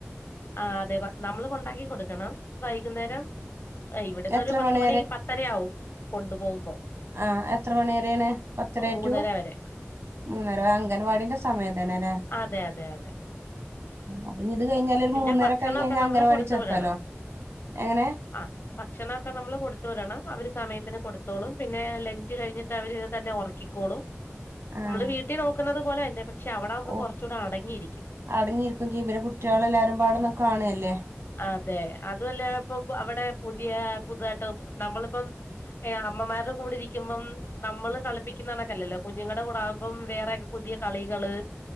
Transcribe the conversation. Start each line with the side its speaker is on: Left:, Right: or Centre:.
Left: ആ അതെ നമ്മള് കൊണ്ടാക്കി കൊടുക്കണം വൈകുന്നേരം ഇവിട്ന്നൊരു
Right: എത്ര
Left: പത്തുമണി
Right: മണി
Left: പത്തരയാവും കൊണ്ടു പോവുമ്പോ.
Right: ആ എത്ര മണി വരേണ് പത്തര
Left: മൂന്നര
Right: റ്റു
Left: വരെ
Right: മൂന്നര അംഗൻവാടിന്റെ സമയം തന്നെല്ലെ
Left: അതെ അതെ അതെ
Right: അപ്പൊഞ്ഞിത് കഴിഞ്ഞാല് ഒരു
Left: പിന്നെ
Right: മൂന്നരൊക്കായിക്കഴിഞ്ഞാ
Left: ഭക്ഷണൊക്കെ നമ്മള്
Right: അംഗനവാടി
Left: കൊടുത്തു
Right: ചേർക്കാലോ.
Left: വിടണം
Right: എങ്ങനെ
Left: ആ ഭക്ഷണൊക്കെ നമ്മള് കൊടുത്ത് വിടണം. അവര് സമയത്തിന് കൊടുത്തോളും പിന്നെ ലഞ്ച് കഴിഞ്ഞിട്ട് അവര് ഇത് തന്നെ ഉറക്കിക്കോളും.
Right: ആഹ്
Left: നമ്മള് വീട്ടിൽ നോക്കുന്നത് പോലെ തന്നെ പക്ഷെ അവിടെ ആകുമ്പോ
Right: ഓ
Left: കുറച്ചുകൂടെ അടങ്ങിയിരിക്കും
Right: അടങ്ങിയിരിക്കും ചിയ്യും പിന്നെ കുട്ട്യോളെല്ലാരും പാടൊന്ന് കാണല്ലേ
Left: അതെ അതൂല്ല ഇപ്പൊപ്പൊ അവിടെ പുതിയ പുതുതായിട്ടോ നമ്മളിപ്പം ഏഹ് ആ അമ്മമാരുടെ കൂടെ ഇരിക്കുമ്പം നമ്മള് കളിപ്പിക്കുന്ന കണക്കല്ലല്ലോ കുഞ്ഞുങ്ങളുടെ കൂടെ ആ അപ്പം വേറെ പുതിയ കളികള്